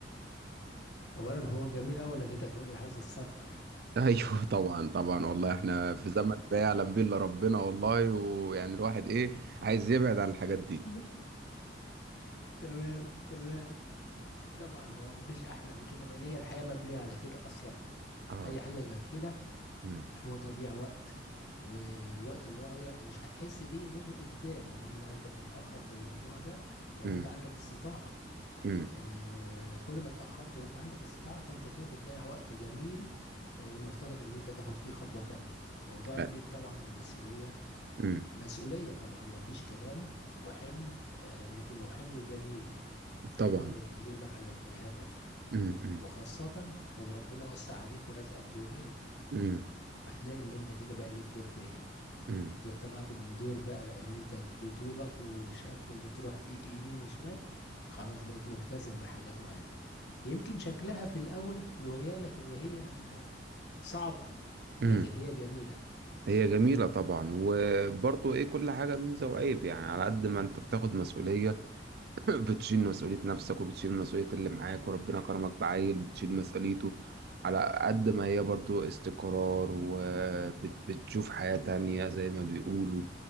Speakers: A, on the left; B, on the right.
A: اولا هو جميل قوي انك انت تقول لي عايز اتستر
B: <laughs> أيوه طبعا طبعا والله إحنا في زمن ما يعلم به إلا ربنا والله ويعني الواحد إيه عايز يبعد عن الحاجات دي
A: <laughs> تمام تمام طبعا هو مفيش احلى من كده لان هي الحياه مبنيه على كده اصلا
B: آه
A: اي حاجه غير كده
B: أمم،
A: هو تضييع وقت ووقت ضايع مش هتحس بيه غير قدام لما انت تتاخر في الموضوع ده لو
B: أمم،
A: انت عندك استطاعه
B: أمم،
A: آه كل ما اتاخرت وانت عندك استطاعه فانت كده بتضيع وقت جميل آه المفترض ان انت تاخد فيه خطوه تانية موضوع
B: آه،
A: البيت طبعا والمسؤوليه
B: أمم.
A: مسؤولية طبعا ما فيش كلام وحمل آه، لكنه حمل جميل حمل
B: طبعا
A: ليه معنى ليه هدف
B: امم امم
A: وخاصة لو ربنا وسع عليك ورزقك بولاد
B: امم
A: هتلاقي ان انت كده بقى ليك دور تاني
B: امم
A: دو- طلعت من دور بقى ان انت بطولك وشاب وبتروح تيجي يمين وشمال خلاص بقيت ملتزم بحاجات معينة يمكن شكلها في الاول يهيألك ان هي صعبة
B: إمم،
A: لكن هي جميلة
B: هي جميلة طبعا وبرضه ايه كل حاجة ميزة وعيب يعني على قد ما انت بتاخد مسؤولية <laughs> بتشيل مسؤولية نفسك وبتشيل مسؤولية اللي معاك وربنا كرمك بعيل بتشيل مسؤوليته على قد ما هي برضو استقرار وبتشوف حياة تانية زي ما بيقولوا